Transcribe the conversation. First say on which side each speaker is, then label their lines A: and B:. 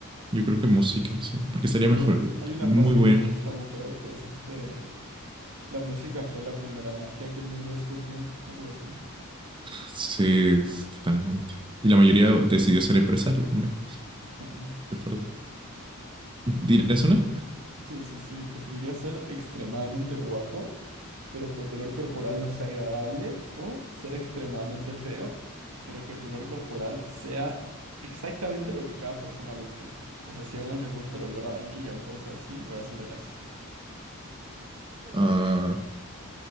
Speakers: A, on the right; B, on the right.
A: Yo creo que música, sí, porque estaría
B: Muy
A: mejor,
B: bueno. Hay una
A: muy
B: frase
A: buen
B: que me gusta de un juego que es este, la música fue la primera magia que el mundo descubrió, algo así.
A: Sí, totalmente. Y la mayoría decidió ser empresario, mira,
B: <laughs> No.
A: qué fuerte. ¿Dirás una?
B: Sí, sí, sí, preferiría ser extremadamente guapo, pero que tu olor corporal no sea agradable, o ser extremadamente feo, pero que tu olor corporal sea exactamente lo que cada persona busca. O sea, si a unos les gusta el olor a vainilla o cosas así, voy a hacer así.
A: Ah,